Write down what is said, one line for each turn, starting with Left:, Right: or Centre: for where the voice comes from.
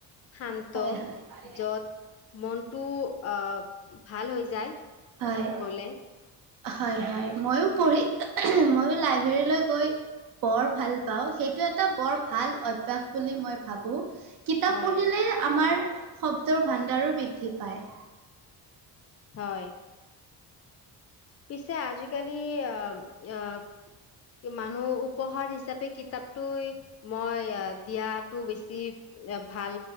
Left: শান্ত
Right: হয় হয়
Left: যত মনটো আহ ভাল হৈ যায়
Right: হয়
Left: গলে
Right: হয় হয় মইয়ো পঢ়ি মইয়ো লাইব্ৰেৰীলৈ গৈ বৰ ভাল পাওঁ সেইটো এটা বৰ ভাল অভ্যাস বুলি মই ভাবো <unintelligible> কিতাপ
Left: হয়
Right: পঢ়িলে আমাৰ শব্দৰ ভাণ্ডাৰো বৃদ্ধি পায়
Left: হয় পিছে আজিকালি আহ আহ মানুহ উপহাৰ হিচাপে কিতাপটো মই আহ দিয়টো বেছি ভাল